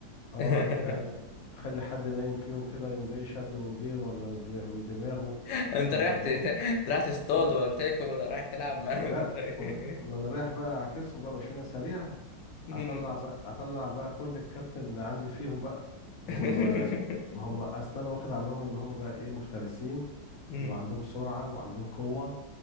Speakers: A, on the left; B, on the left.
A: اه
B: <laughs>
A: أخ- يعني اخلي حد نايم فيهم كده يوم جاي شده من ديله ولا من دم- من دماغه
B: انت
A: ولا
B: رايح
A: من عينه
B: ت- ت- رايح تصطاد
A: اه
B: ولا تاكل ولا رايح تلعب معاهم
A: لا
B: ولا ايه
A: لما انا رايح بقى اعكسهم بقى مش انا سريع
B: مم.
A: هطلع بقى هطلع بقى كل الكابتن اللي عندي فيهم بقى ما
B: <laughs>
A: هم ما هم اصلا انا واخد عنهم ان هم بقى ايه مفترسين
B: مم.
A: وعندهم سرعة وعندهم قوة